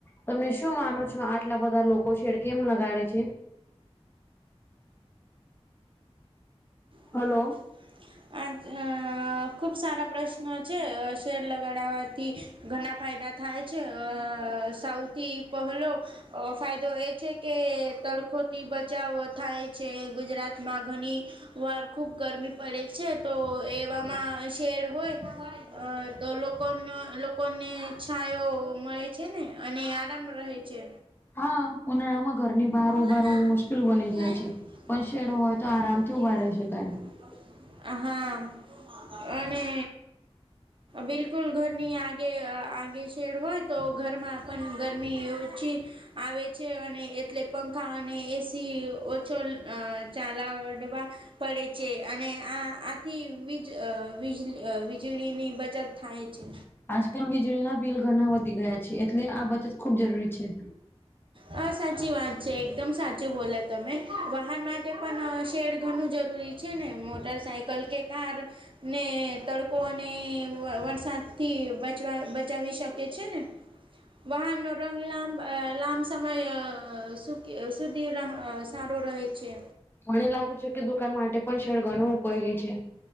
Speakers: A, on the left; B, on the right.
A: તમને શું માનો છો આટલા બધા લોકો છેેડ કેમ લગાડે છે
B: બલો
A: હલો
B: આ ખૂબ સારા પ્રશ્નો છે શેર લગાડવા થી ઘણા ફાયદા થાય છે સાઉથ થી પહેલો ફાયદો એ છે કે તડખો થી બચાવો થાય છે. ગુજરાતમાં ઘણી વાર ખૂબ ગરમી પડે છે. તો એવામાં શેડ હોય અ તો લોકોનો લોકોને છાયો મળે છે. ને અને આરામ રહે છે.
A: હા ઉનાળામાં ઘરની
B: હા
A: બહાર ઉભા હોવું મુશ્કેલ બની જાય છે. પણ શેડ હોય તો આરામથી ઉભા રહી શકાય.
B: હા અને બિલકુલ ઘરની આગે આગે શેડ હોય તો ઘરમાં પણ ગરમી ઓછી. આવે છે અને એ એટલે પંખા અને એ. સી ઓછો ચાાલાડવા. પડે છે અને આ આથીજજ <unintelligible> વીજળીની બચત થાય છે.
A: આજકાલ વીજળીના બિલ ઘણાં વધી ગયા છે એટલે આ બચત ખુબ જરૂરી છે.
B: હ સાચી વાત છે. એકદમ સાચું બોલ્યા તમે વાહન માટે પણ શેડ ઘણું જરૂરી છે, ને મોટર સાઇકલ કે કાર ને તડકો અને વરસાદથી બચવા બચાવી શકે છે ને વાહનનો રંગ લાંબ લાંબ સમય સુકી સુધી સારો રહે છે.
A: મને લાગુ છે કે દુકાન માટે પણ શેળ ઘણું ઉપયોગી છે.